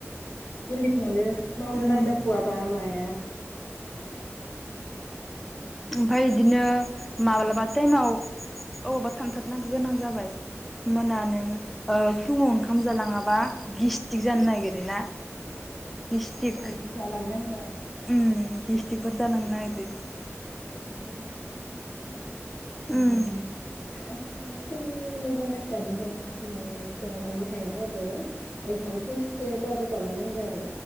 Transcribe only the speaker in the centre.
उम
ओमफाय इदिनो माब्लाबा टाइमाव अबावबा थांथार नांगो गोनां जाबाय होमबाना नों ओ फुङाव ओंखाम जालाङाबा गिस्टिक जानो नागिरो ना। गिस्टिक
उम।
गिस्टिकफोर जानो नागिरो
उम